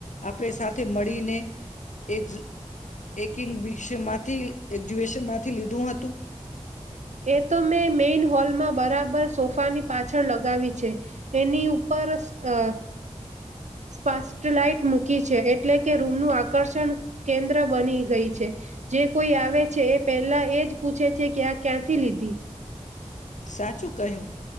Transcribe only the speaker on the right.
એ તો મેં મેઇન હોલ માં બરાબર સોફા પાણી પાછળ લગાવી છે. એની ઉપર સ અ સ્પાસલાઈટ મૂકી છે. એટલે કે, રૂમનું આકર્ષણ કેન્દ્ર બની ગઈ છે. જે કોઈ આવે છે, એ પહેલા એ જ પૂછે છે કે આ ક્યાંથી લીધી?